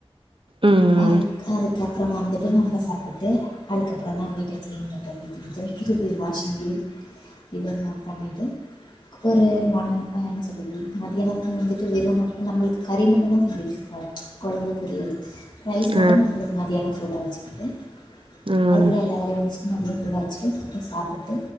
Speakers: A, on the right (about 55°); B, on the left (about 45°).
A: ம்
B: அது அதுக்கப்பற வந்துட்டு நம்ப சாப்புட்டு அதுக்கப்பற தா வீட்ட க்ளீன் பண்டு அப்டி துணி தொவக்கிறது வாஷிங்லே இதல்லா பண்ணிட்டு ஒரு ஒன் ப என்ன சொல்றது மதியானமு வந்துட்டு வெறு முட் நம்மளுக்கு கறி மட்டுதாசொல்லிட்ச் ஓக்கி கொழம்பு பொரியல் ரைஸ்
A: ம்
B: மட்டு நம்பளுக்கு மதியான சூடா வச்சுக்கிட்டு
A: ஆ
B: அதுக்குள்ள எல்லா வேலையு முடிச் மதிய சூடா வச்சுட்டு அதுக்கப்ப சாப்புட்டு